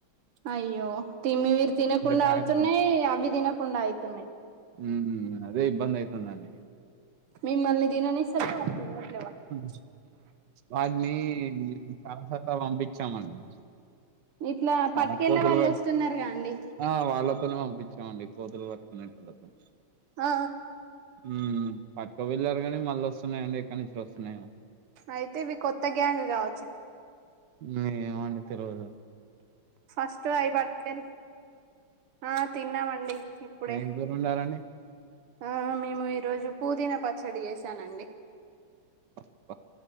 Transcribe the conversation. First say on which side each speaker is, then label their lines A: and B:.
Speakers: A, on the right; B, on the right.
A: అయ్యో తిమ్మి మీరు తినకుండా
B: కాయలు
A: అవుతున్నాయి అవి తినకుండా అయితున్నయ్
B: మ్ హు అదే ఇబ్బంది అయితది అండి
A: మిమల్ని దిననిసెక అది దినది
B: మ్ వాట్ని కలకత్తా పంపించాము అండి
A: ఇట్లా పట్టుకెళ్ళే
B: ఆ కోతులు
A: వాళ్ళు
B: పట్
A: వస్తున్నారుగా అండి
B: ఆ వాళ్ళతోనే పంపించామండి కోతులు పట్టుకునేకి ఎళ్ళి వద్దం
A: ఆ
B: మ్ పట్టుకు వెళ్ళారు కానీ మళ్ళీ వస్తున్నాయండి ఎక్కడ నుంచి వస్తున్నాయో
A: అయితే ఇవి కొత్త గ్యాంగ్ గావ
B: నాకు ఏమ్ వంట తెల్వదు
A: ఫస్ట్ అయి పట్టుకెళ్ ఆ తిన్నామండి ఇప్పుడే
B: ఏం కూర వండారండి
A: ఆ మేము ఈరోజు పుదీనా పచ్చడి చేసానండి
B: అబ్బ